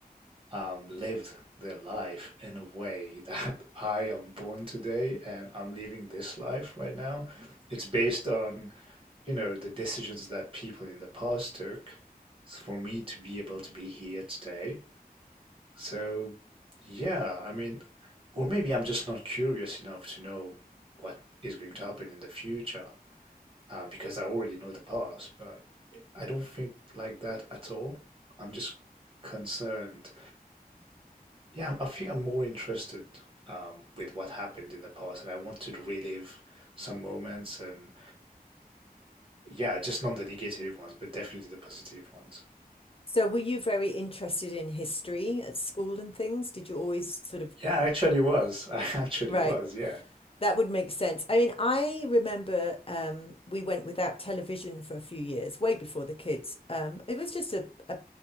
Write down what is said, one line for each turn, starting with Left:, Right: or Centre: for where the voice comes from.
Right: um lived their life in a way that <laughs> I am born today and I'm living this life right now. It's based on, you know, the decisions that people in the past took for me to be able to be here today so, yeah, I mean, or maybe I'm just not curious enough to know what is going to happen in the future, uh, because I already know the past, but I don't think like that at all. I'm just concerned. Yeah, I'm- I think I'm more interested um, with what happened in the past, and I want to relive some moments and yeah, just not the negative ones, but definitely the positive ones.
Left: So were you very interested in history at school and things? Did you always sort of
Right: Yeah, I actually was. <laughs> I actually
Left: right?
Right: was. Yeah.
Left: That would make sense. I mean, I remember um, we went without television for a few years, way before the kids. Um, it was just a, a